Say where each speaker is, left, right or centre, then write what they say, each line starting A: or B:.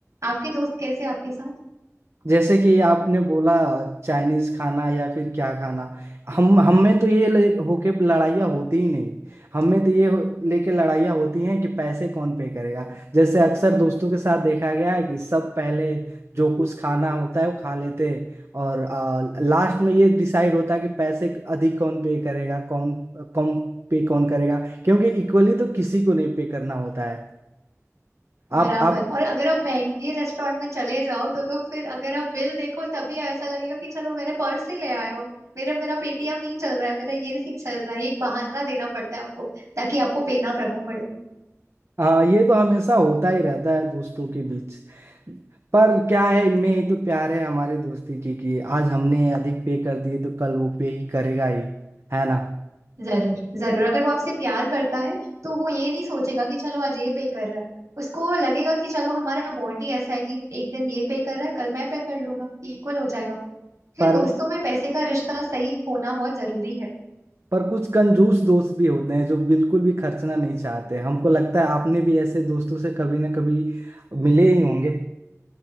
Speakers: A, on the right; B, on the right.
A: आपके दोस्त कैसे हैं आपके साथ
B: जैसे कि आपने बोला चाइनीज खाना या फिर क्या खाना हम हम में तो ये ले होके लड़ाइयाँ होती ही नहीं हम में तो ये हो- लेके लड़ाइयाँ होती हैं कि पैसे कौन पे करेगा जैसे अक्सर दोस्तों के साथ देखा गया है कि सब पहले जो कुछ खाना होता है वो खा लेते हैं और लास्ट में ये डिसाइड होता है कि पैसे अधिक कौन पे करेगा कौन कम पे कौन करेगा क्योंकि इक्वली तो किसी को नहीं पे करना होता है
A: बराबर
B: आप आप
A: और अगर आप महंगे रेस्टोरेंट में चले जाओ तो तो फिर अगर आप बिल देखो तभी ऐसा लगेगा कि चलो मेरे पर्स ही ले आए हो मेरा मेरा पेटीएम नहीं चल रहा है मेरा ये नहीं चल रहा है ये एक बहाना देना पड़ता है आपको ताकि आपको पे ना करना पड़े
B: हाँ ये तो हमेशा होता ही रहता है दोस्तों के बीच पर क्या है इनमें ही तो प्यार है हमारे दोस्ती की कि आज हमने अधिक पे कर दिए तो कल वो पे ही करेगा ही है ना
A: जरूर जरूर अगर वो आपसे प्यार करता है तो वो ये नहीं सोचेगा कि चलो आज ये पे कर रहा है उसको लगेगा कि चलो हमारा बॉन्ड ही ऐसा है कि एक दिन ये पे कर रहा है कल मैं पे कर लूंगा इक्वल हो जाएगा फिर
B: पर
A: दोस्तों में पैसे का रिश्ता सही होना बहुत जरूरी है
B: पर कुछ कंजूस दोस्त भी होते हैं जो बिल्कुल भी खर्चना नहीं चाहते हमको लगता है आपने भी ऐसे दोस्तों से कभी ना कभी मिले ही होंगे